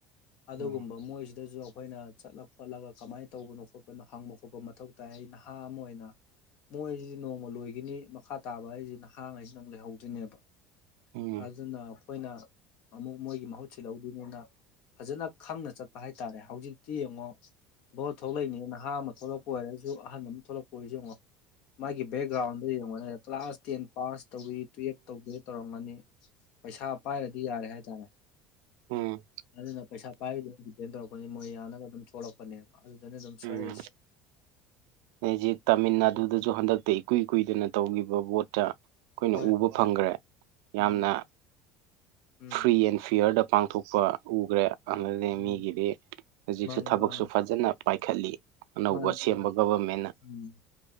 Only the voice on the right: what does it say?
ꯎꯝ
ꯎꯝ
ꯎꯝ
ꯎꯝ ꯍꯦꯖꯤꯛ ꯇꯥꯃꯤꯜ
ꯅꯥꯗꯨꯗꯖꯨ ꯍꯟꯗꯛꯇꯩ ꯏꯀꯨꯏ ꯀꯨꯏꯗꯅ ꯇꯧꯒꯤꯕ ꯚꯣꯠꯇ ꯑꯩꯈꯣꯏꯅ
ꯎꯕ
ꯐꯪꯒ꯭ꯔꯦ ꯌꯥꯝꯅ
ꯐ꯭ꯔꯤ ꯑꯦꯟ ꯐꯤꯌꯔꯗ ꯄꯥꯡꯊꯣꯛ ꯄ ꯎꯒ꯭ꯔꯦ ꯑꯗꯩꯗꯤ
ꯃꯤꯒꯤꯗꯤ ꯍꯧꯖꯤꯛꯁꯨ
ꯊꯕꯛꯁꯨ
ꯐꯖꯅ ꯄꯥꯏꯈꯠꯂꯤ ꯑꯅꯧꯕ
ꯁꯦꯝꯕ ꯒꯕꯔꯃꯦꯟꯅ